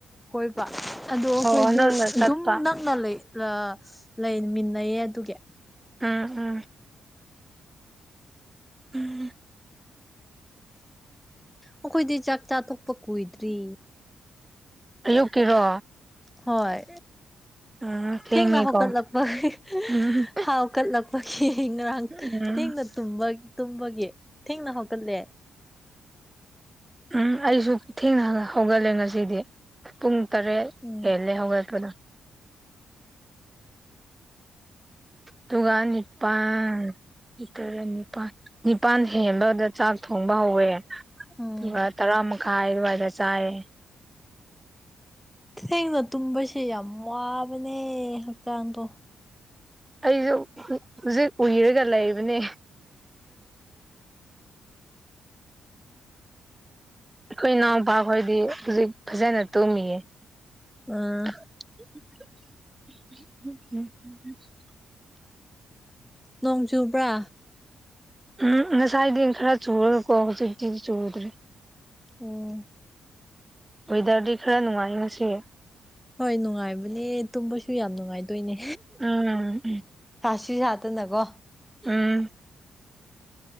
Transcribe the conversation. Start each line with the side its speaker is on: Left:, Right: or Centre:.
Centre: ꯀꯣꯏꯕ ꯑꯗꯣ ꯑꯩꯈꯣꯏꯗꯤ
Right: ꯑꯣ ꯅꯪꯅ
Centre: ꯑꯗꯨꯝ
Right: ꯆꯠꯄ
Centre: ꯅꯪꯅ ꯂꯩ ꯂꯩꯃꯤꯟꯅꯩꯌꯦ ꯑꯗꯨꯒꯤ
Right: ꯎꯝ ꯎꯝ ꯎꯝ
Centre: ꯑꯩꯈꯣꯏꯗꯤ ꯆꯥꯛ ꯆꯥꯊꯣꯛꯄ ꯀꯨꯏꯗ꯭ꯔꯤ
Right: ꯑꯌꯨꯛꯀꯤꯔꯣ
Centre: ꯍꯣꯏ
Right: ꯎꯝ ꯊꯦꯡꯉꯦꯀꯣ
Centre: ꯊꯦꯡꯅ ꯍꯧꯀꯠꯂꯛꯄꯥꯒꯤ
Right: ꯎꯝ
Centre: ꯍꯥꯎ ꯍꯧꯀꯠꯂꯛꯄꯒꯤ ꯉꯔꯥꯡ
Right: ꯎꯝ
Centre: ꯊꯦꯡꯅ ꯇꯨꯝꯕꯒꯤ ꯊꯦꯡꯅ ꯍꯧꯀꯠꯂꯦ
Right: ꯎꯝ ꯑꯩꯁꯨ ꯊꯦꯡꯅ ꯍꯧꯒꯠꯂꯦ ꯉꯁꯤꯗꯤ ꯄꯨꯡ ꯇꯔꯦꯠ
Centre: ꯎꯝ
Right: ꯍꯦꯜꯂꯦ ꯍꯧꯒꯠꯄꯗ ꯗꯨꯀꯥꯟ ꯅꯤꯄꯥꯟ ꯂꯤꯇꯔ ꯅꯤꯄꯥꯜ ꯅꯤꯄꯥꯜ ꯍꯦꯟꯕꯗ ꯆꯥꯛ ꯊꯣꯡꯕ ꯍꯧꯋꯦ ꯑꯗꯨꯒ
Centre: ꯎꯝ
Right: ꯇꯔꯥ ꯃꯈꯥꯏ ꯑꯗꯨꯋꯥꯏꯗ ꯆꯥꯏꯌꯦ
Centre: ꯊꯦꯡꯅ ꯇꯨꯝꯕꯁꯦ ꯌꯥꯝ ꯋꯥꯕꯅꯦ ꯍꯛꯆꯥꯡꯗꯣ
Right: ꯑꯩꯁꯨ ꯍꯧꯖꯤꯛ ꯎꯏꯔꯒ ꯂꯩꯕꯅꯦ ꯑꯩꯈꯣꯏ ꯏꯅꯥꯎꯄꯥꯈꯣꯏꯗꯤ ꯍꯧꯖꯤꯛ ꯐꯖꯅ ꯇꯨꯝꯃꯤꯌꯦ
Centre: ꯑꯥ
Right: <inaudible>
Centre: ꯅꯣꯡ ꯆꯨꯕ꯭ꯔꯥ
Right: ꯎꯝ ꯉꯁꯥꯏꯗꯤ ꯈꯔ ꯆꯨꯔꯒꯀꯣ ꯍꯧꯖꯤꯛꯇꯤ ꯆꯨꯔꯗ꯭ꯔꯦ
Centre: ꯑꯣ
Right: ꯋꯦꯗꯔꯗꯤ ꯈꯔ ꯅꯨꯡꯉꯥꯏ ꯉꯁꯤ
Centre: ꯍꯣꯏ ꯅꯨꯡꯉꯥꯏꯕꯅꯦ ꯇꯨꯝꯕꯁꯨ ꯌꯥꯝ ꯅꯨꯡꯉꯥꯏꯗꯣꯏꯅꯦ
Right: ꯎꯝ
Centre: ꯁꯤ ꯁꯥ ꯍꯥꯇꯅꯀꯣ
Right: ꯎꯝ